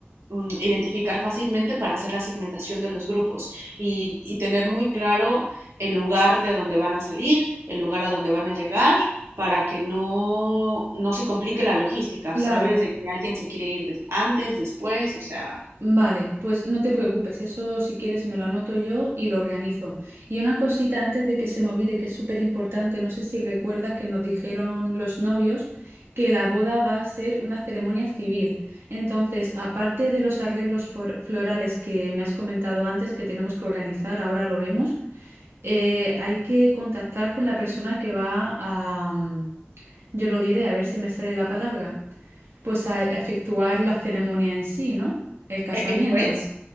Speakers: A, on the right (about 85°); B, on the right (about 65°).
A: mm, identificar fácilmente para hacer la segmentación de los grupos y, y tener muy claro el lugar de donde van a salir, el lugar a donde van a llegar para que no, no se complique la logística,
B: claro.
A: ¿sabes? De que alguien se quiere ir des- antes, después, o sea...
B: Vale, pues no te preocupes, eso si quieres me lo anoto yo y lo organizo. Y una cosita antes de que se me olvide, que es súper importante, no sé si recuerdas que nos dijeron los novios que la boda va a ser una ceremonia civil. Entonces, aparte de los arreglos for- florales que me has comentado antes que tenemos que organizar, ahora lo vemos, eh, hay que contactar con la persona que va a, mm, yo lo diré, a ver si me sale la palabra, pues a efectuar la ceremonia en sí, ¿no? El casamiento.
A: ¿E- ¿El juez?